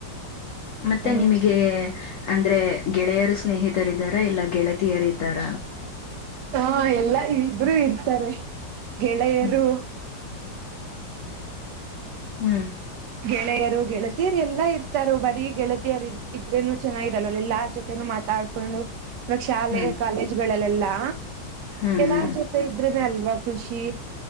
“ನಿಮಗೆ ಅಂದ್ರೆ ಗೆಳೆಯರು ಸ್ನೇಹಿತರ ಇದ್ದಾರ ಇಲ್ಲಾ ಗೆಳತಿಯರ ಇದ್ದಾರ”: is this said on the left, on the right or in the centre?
Left